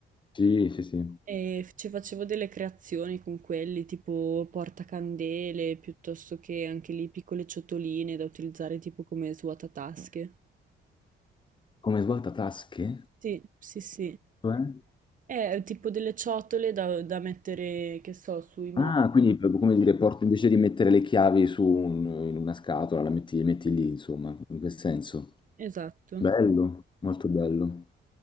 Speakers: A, on the left; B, on the right.
A: Sì, sì, sì.
B: E ci facevo delle creazioni con quelli, tipo portacandele, piuttosto che anche lì piccole ciotoline da utilizzare tipo come svuotatasche.
A: Come svuotatasche?
B: Sì, sì, sì.
A: Cioè?
B: È tipo delle ciotole da, da mettere, che so, sui mobili.
A: Ah, quindi proprio come dire, porti invece di mettere le chiavi su un- in una scatola, la metti, le metti lì, insomma, in quel senso.
B: Esatto,
A: Bello, molto bello.